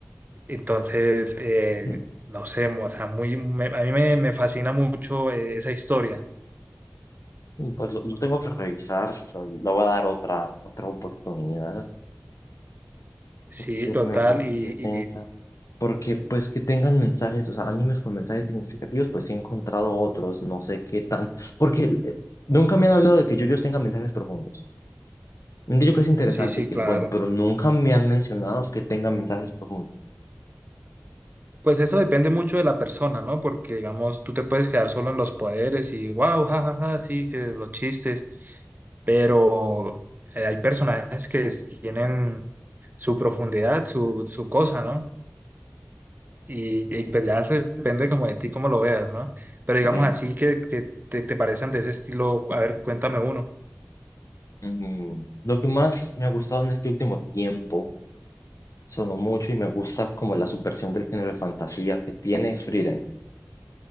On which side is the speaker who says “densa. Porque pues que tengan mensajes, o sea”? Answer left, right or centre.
Left